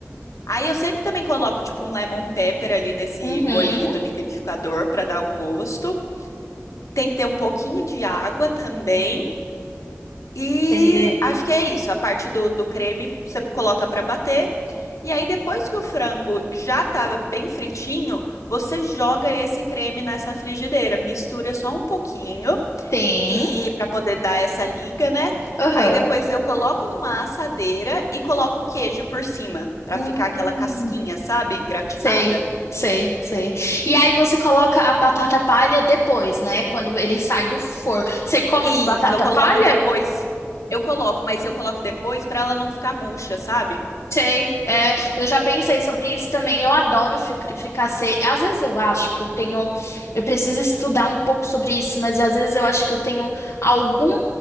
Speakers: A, on the left; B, on the left.
A: Aí eu sempre também coloco tipo um lemon pepper ali nesse
B: Uhum,
A: molinho do liquidificador pra dar um gosto. Tem que ter um pouquinho de água também. E
B: entendi.
A: acho que é isso. A parte do, do creme você coloca para bater. E aí, depois que o frango já tá bem fritinho, você joga esse creme nessa frigideira, mistura só um pouquinho
B: tem.
A: e para poder dar essa liga, né?
B: Aham.
A: Aí depois eu coloco numa assadeira e coloco o queijo por cima, para
B: Hum,
A: ficar aquela casquinha, sabe? Gratinada.
B: sei, sei, sei. E aí você coloca a batata palha depois, né? Quando ele sai do forno. Você come
A: Isso,
B: com batata
A: eu coloco
B: palha?
A: depois. Eu coloco, mas eu coloco depois para ela não ficar murcha, sabe?
B: Sei. É, eu já pensei sobre isso também. Eu adoro fri- fricassê. Às vezes eu acho que eu tenho. Eu preciso estudar um pouco sobre isso, mas às vezes eu acho que eu tenho algum.